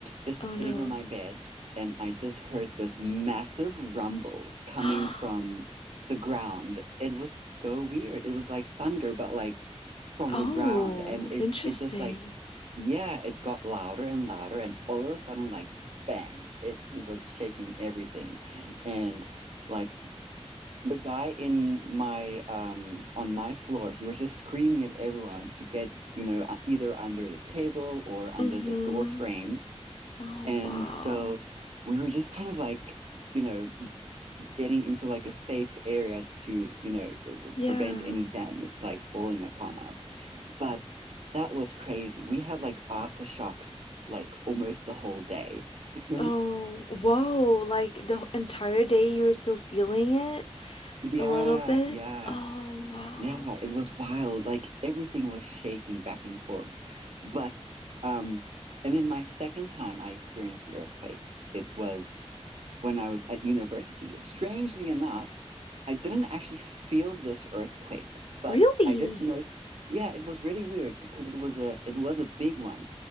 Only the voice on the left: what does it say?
Oh no.
<gasps>
Oh,
interesting.
Mm-hmm.
Oh,
wow.
Yeah.
Oh, whoa. Like the entire day you were still feeling it
a little bit?
Oh, wow.
Really?